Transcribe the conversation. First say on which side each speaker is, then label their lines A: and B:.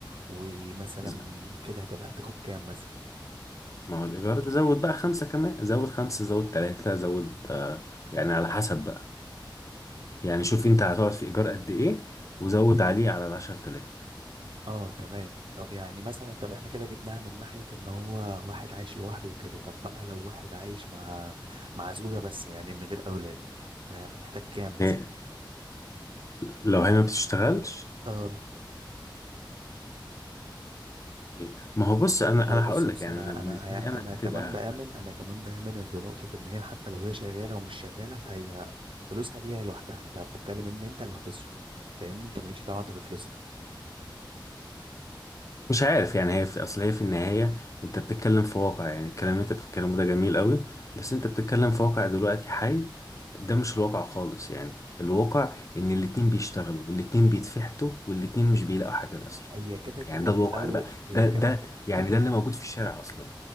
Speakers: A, on the right (about 85°); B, on the left (about 40°).
A: ومثلا
B: ز-
A: وكده هتبقى هتاخد كام
B: ما هو الايجار ده زود بقى خمسة كمان زود خمسة زود تلاتة زود آه، يعني على حسب بقى يعني شوف انت هتقعد في ايجار قد ايه وزود عليه على العشر تلاف
A: اه تمام طب يعني مثلا طب احنا كده جبناها من ناحية ان هو واحد عايش لوحده وكده طب بقى لو واحد عايش مع مع زوجة بس يعني من غير اولاد ما- محتاج كام مثلا
B: إيه؟ لو هي ما بتشتغلش
A: اه
B: إيه؟ ما هو بص انا
A: ما
B: انا
A: هو بص
B: هقول
A: بص
B: لك يعني
A: انا
B: انا بالنسبه
A: انا
B: لي انا
A: انا
B: هتبقى
A: كمان بآمن انا كمان بآمن بنقطة ان هي حتى لو هي شغالة ومش شغالة فهي فلوسها ليها لوحدها انت بتتكلم ان انت اللي هتصرف فاهمني انت مالكش دعوة انت بفلوسها
B: مش عارف يعني هي في اصل هي في النهايه انت بتتكلم في واقع يعني الكلام اللي انت بتتكلمه ده جميل قوي بس انت بتتكلم في واقع دلوقتي حي ده مش الواقع خالص يعني الواقع ان الاتنين بيشتغلوا والاتنين بيتفحتوا والاتنين مش بيلاقوا حاجه اصلا
A: هي كده كده
B: يعني ده
A: في
B: الواقع
A: الاول
B: ده بقى
A: هي
B: ده
A: كده
B: ده
A: كده
B: يعني
A: <laughs>
B: ده اللي موجود في الشارع اصلا